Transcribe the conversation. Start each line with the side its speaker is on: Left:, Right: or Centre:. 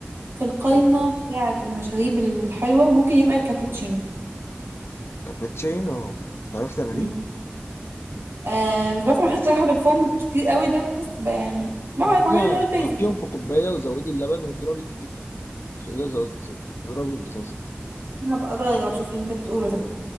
Right: في القايمة
Left: ايوه
Right: بتاعة المشاريب الحلوة ممكن يبقى الكابتشينو
Left: كابتشينو تعرفي تعمليه
Right: مم. آه مش بعرف اعمله صراحة بالفوم الكتير قوي ده بس ب- يعني بعرف
Left: اديها
Right: اعمله اللي هو البيزك
Left: حطيهم
Right: يعني
Left: في كوبايه وزودي اللبن واضربي تك تك تك في ازازه قصدي سوري، واضربي الازازه
Right: هبقى اجرب اشوف اللي انت بتقوله ده